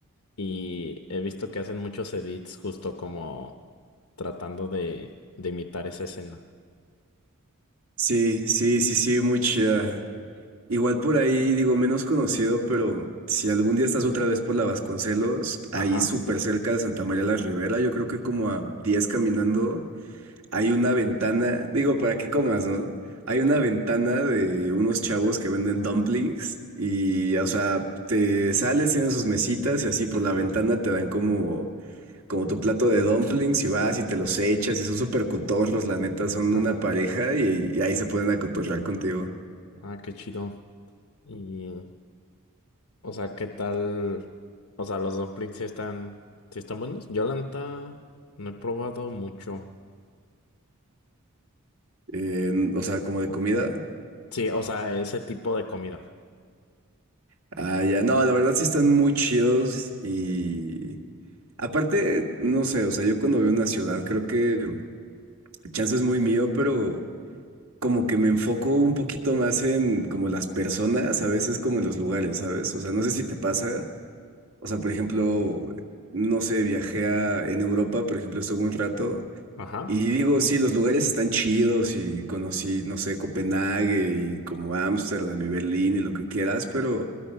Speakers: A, on the left (about 75°); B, on the right (about 70°).
A: Y he visto que hacen muchos edits justo como tratando de, de imitar esa escena.
B: Sí, sí, sí, sí, muy chida. Igual por ahí, digo, menos conocido, pero si algún día estás otra vez por la Vasconcelos, ahí
A: Ajá.
B: súper cerca de Santa María la Ribera, yo creo que como a 10 caminando. Hay una ventana, digo, para que comas, ¿no? Hay una ventana de unos chavos que venden dumplings y, o sea, te sales, tienen sus mesitas y así por la ventana te dan como, como tu plato de dumplings y vas y te los echas y son súper cotorros, la neta, son
A: <laughs>
B: una
A: ajá.
B: pareja y, y ahí se pueden acotorrar contigo.
A: Ah, qué chido. Y, o sea, ¿qué tal? O sea, los dumplings sí están, sí están buenos. Yo la neta no he probado mucho.
B: Eh, o sea, como de comida.
A: Sí, o sea, ese tipo de comida.
B: Ah, ya, no, la verdad sí están muy chidos y... Aparte, no sé, o sea, yo cuando veo una ciudad creo que chance es muy mío, pero... como que me enfoco un poquito más en como las personas, a veces como en los lugares, ¿sabes? O sea, no sé si te pasa. O sea, por ejemplo,
A: Ujú.
B: no sé, viajé a, en Europa, por ejemplo, estuve un rato
A: Ajá.
B: y digo, sí, los lugares están chidos y conocí, no sé, Copenhague y como Ámsterdam y Berlín y lo que quieras, pero,